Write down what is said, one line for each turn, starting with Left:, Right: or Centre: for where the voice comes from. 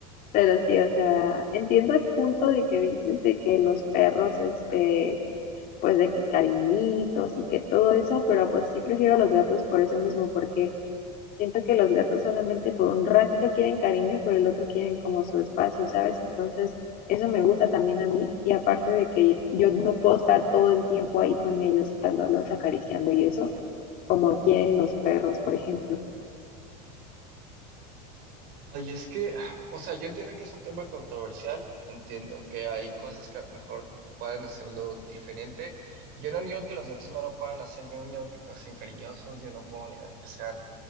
Left: pero sí, o sea, entiendo el punto de que dices de que los perros, este, pues de que cariñitos y que todo eso, pero pues sí prefiero a los gatos por eso mismo, porque Siento que los gatos solamente por un ratito quieren cariño y por el otro quieren como su espacio, ¿sabes? Entonces, eso me gusta también a mí y aparte de que yo no puedo estar todo el tiempo ahí con ellos, estándolos acariciando y eso, como quieren los perros, por ejemplo.
Right: Ay, es que, <sighs> o sea, yo entiendo que es un tema controversial, entiendo que hay cosas que a lo mejor pueden hacerlo diferente. Yo no niego que los gatos no lo puedan hacer, yo no niego que pues, sean cariñosos, yo no puedo negar que sean